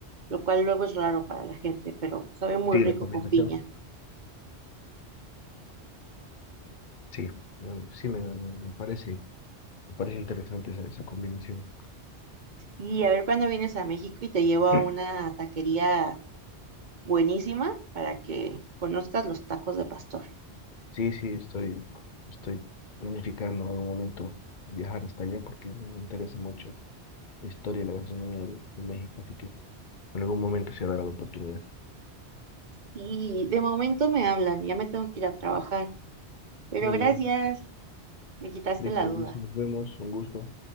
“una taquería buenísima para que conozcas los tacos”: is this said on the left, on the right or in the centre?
Right